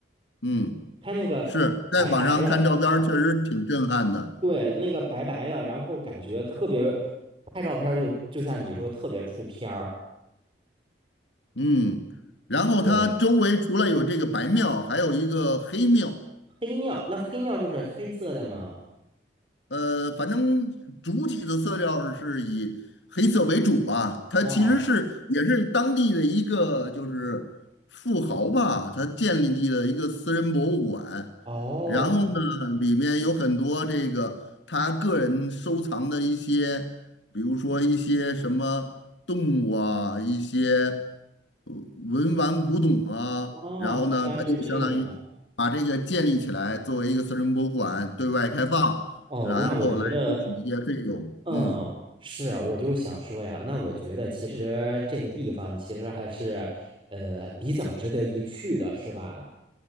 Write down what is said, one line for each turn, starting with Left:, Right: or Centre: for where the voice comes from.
Left: 嗯，
Right: 它那个
Left: 是在网上看照片儿确实挺震撼的。
Right: 白白的，嗯，对，那个白白的，然后感觉特别，拍照片儿就就像你说特别出片儿。
Left: 嗯，然后它周围除了有这个白庙，
Right: 对，
Left: 还有一个黑庙。
Right: 黑庙，那黑庙就是黑色的吗？
Left: 呃，反正主体的色调是以黑色为主吧。它其实是也是当地的一个就是富豪吧，
Right: 哦
Left: 他建立了一个私人博物馆，
Right: 哦
Left: 然后呢，里面有很多这个他个人收藏的一些，比如说一些什么动物啊，一些呃文玩古董啊，
Right: 哦，
Left: 然后呢，
Right: 原来是这样。
Left: 他就相当于把这个建立起来，作为一个私人博物馆对外开放。
Right: 哦，
Left: 然后来收取一些费用。
Right: 那我觉得。嗯，
Left: 嗯
Right: 是，我就想说呀，那我觉得其实这个地方其实还是，呃，比较值得一去的，是吧？